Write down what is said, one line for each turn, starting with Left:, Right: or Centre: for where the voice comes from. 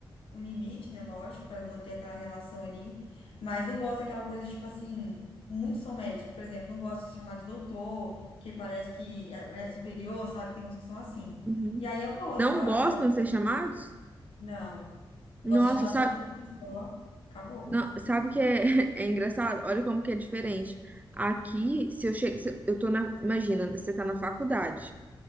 Left: um limite, né? Lógico, para manter aquela relação ali. Mas não gosta daquela coisa, de, tipo assim, muitos são médicos, por exemplo, não gosta de se chamar de doutor, que parece que é, é superior, sabe? Tem uns que são assim.
Right: uhum.
Left: E aí eu vou,
Right: Não
Left: as
Right: gostam
Left: relações.
Right: de ser chamados?
Left: Não.
Right: Nossa,
Left: Gosto de chamar
Right: sabe,
Left: pelo nome só. Acabou.
Right: não- sabe que é, <laughs> é engraçado? Olha como que é diferente. Aqui, se eu chego, se eu eu tô na, imagina, você tá na faculdade.